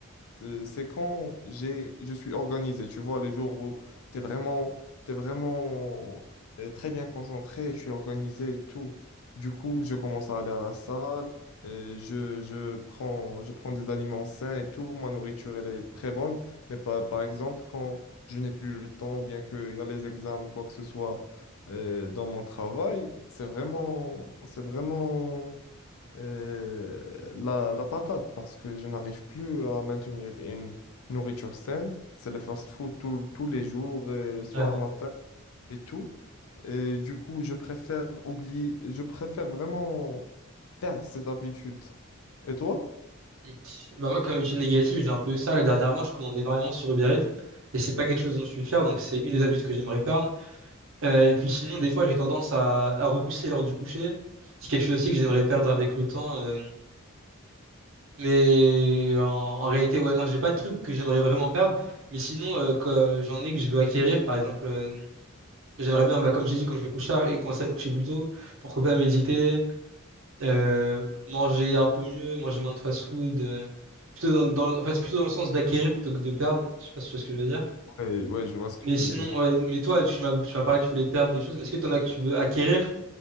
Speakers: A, on the left (about 80°); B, on the right (about 65°).
A: c'est c'est quand j'ai, je suis organisé. Tu vois, les jours où tu es vraiment, t'es vraiment euh, très bien concentré, je suis organisé et tout. Du coup, je commence à aller à la salle, et je, je prends, je prends des aliments sains et tout. Ma nourriture, elle est très bonne. Mais par, par exemple, quand je n'ai plus le temps, ou bien qu'il y a les examens ou quoi que ce soit euh, dans mon travail, c'est vraiment, c'est vraiment euh, la, la patate parce que je n'arrive plus à maintenir une nourriture saine. C'est le fast-food tout- tous les jours, euh, soir,
B: Ouais.
A: matin et tout. Et du coup, je préfère oublier, je préfère vraiment perdre cette habitude. Et toi?
B: Ok. Bah moi, comme étude négative, j'ai un peu eu ça. Là, dernièrement, je commande énormément sur Uber Eats, et c'est pas quelque chose dont je suis fier, donc c'est une des habitudes que j'aimerais perdre. Euh, et puis sinon, des fois, j'ai tendance à, à repousser l'heure du coucher. C'est quelque chose aussi que j'aimerais perdre avec le temps. euh, Mais en, en réalité, ouais, non, j'ai pas de truc que j'aimerais vraiment perdre. Mais sinon, euh, que j'en ai que je veux acquérir, par exemple, euh, j'aimerais bien, bah, comme j'ai dit, quand je vais coucher tard et commencer à me coucher plus tôt, pourquoi pas méditer, Euh, manger un peu mieux, manger moins de fast-food. euh, plutôt dans, dans- en fait, c'est plutôt dans le sens d'acquérir plutôt que de perdre. Je sais pas si tu vois ce que je veux dire.
A: Ouais, ouais, je vois ce que
B: Mais
A: tu
B: sinon,
A: veux dire.
B: ouais, mais toi, tu m'as, tu m'as parlé que tu voulais perdre des choses, mais est-ce que t'en as que tu veux acquérir?